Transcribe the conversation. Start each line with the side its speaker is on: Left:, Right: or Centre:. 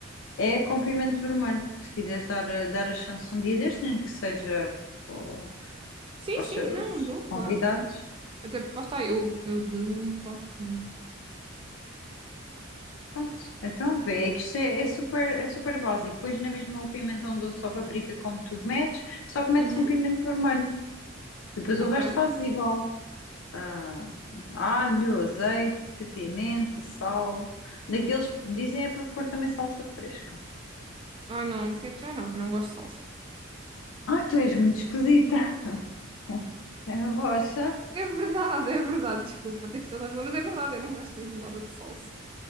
Left: é, é com pimento vermelho. Se quiseres dar, dar a chance um dia destes, nem que seja para,
Right: Sim,
Left: para
Right: sim,
Left: os teus
Right: não, dou,
Left: convidados,
Right: claro. Até porque lá está, eu, eu de legumes gosto muito.
Left: Pronto, então vê, é que isto é, é super, é super básico. Pões na mesma o pimentão doce ou paprika como tu metes, só que metes
Right: Uhum,
Left: um pimento vermelho. E depois o
Right: ok.
Left: resto fazes igual. Ah, alho, azeite, pimenta, sal. Daqueles dizem é para pôr também salsa fresca.
Right: Ah, não, isso é que já não, que eu não gosto de salsa.
Left: Ah, tu és muito esquisita. <laughs> É A rocha,
Right: É verdade, é verdade, desculpa, tens toda a razão, mas é verdade, eu não gosto mesmo nada de salsa.